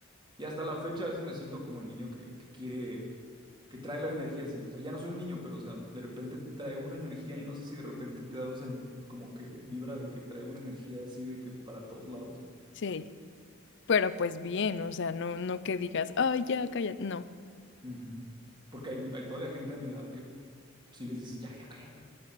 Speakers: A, on the right; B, on the left.
A: Y hasta la fecha a veces me siento como el niño que, que quiere que trae la energía así. O sea, ya no soy un niño, pero, o sea, de repente traigo una energía y no sé si de repente te he dado esa como que vibra de que traigo una energía así de que para todos lados.
B: Sí, pero pues bien, o sea, no, no que digas, ay, ya, cállate, no.
A: Ujú. Porque hay, hay todavía gente a mi edad que si les dices, ya, ya cállate,